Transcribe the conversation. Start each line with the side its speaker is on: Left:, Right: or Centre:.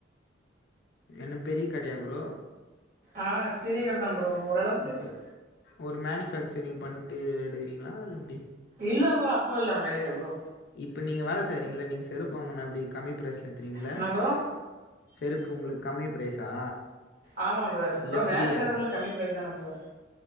Left: என்ன பெரிய கடையா பரோ
Right: ஆஹ பெரிய கடதான் ப்ரோ ஓரளவுக்கு
Left: இப்ப
Right: பெருசு
Left: ஒரு மேனுபேக்சரிங் பண்ணிட்டு எடுகறீங்களா இல் எப்படி
Right: இல்ல ப்றம் அப்போ இல்லாம் கிடையாது ப்ரோ
Left: இப்ப நீங்க வேலை செய்றீங்கள நீங்க செருப்பு வாங்கன்னா அப்படி கம்மி பிர்ஸ் எத்துறீங்கள
Right: என்ன ப்ரோ
Left: செருப்பு உங்களுக்கு கம்மி பிரைஸா
Right: ஆமா ப்ரோம்
Left: இல்ல
Right: அரோம்
Left: ஃப்ரீயா?
Right: வேலை செய்றவங்களளுக்கு கம்மி பரைஸ் தானே ப்ரோ